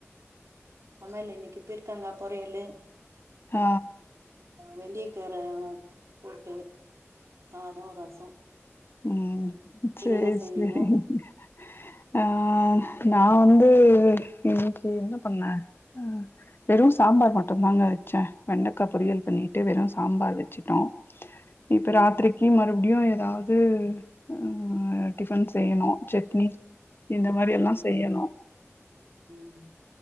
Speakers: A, on the right; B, on the left.
A: சமையல் இன்னைக்கு பீர்கங்கா பொறீயல்லு
B: ஆ
A: வெந்திய கீர போட்டு சாதோ ரசோ
B: ம்
A: நீங்க
B: சேரி
A: என்ன செஞ்சீங்க
B: சேரிங்க ஆ நா வந்து இன்னைக்கி என்ன பண்ண அ வெறு சாம்பார் மட்டுந்தாங்க வச்ச வெண்டக்கா பொரியல் பண்ணிட்டு வெறு சாம்பார் வச்ச ட்டோ இப்ப
A: ம்
B: ராத்திரிக்கி மறுபடியு ஏதாவது ம் டிஃபன் செய்யணு செட்னி இந்த மாரி எல்லா
A: ம்
B: செய்யணு
A: ம்